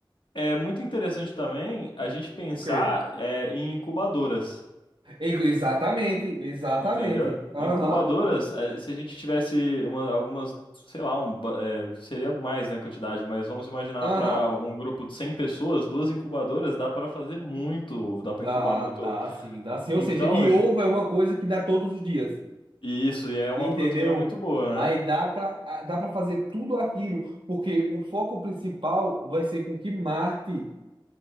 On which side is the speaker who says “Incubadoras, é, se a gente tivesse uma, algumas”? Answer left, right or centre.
Left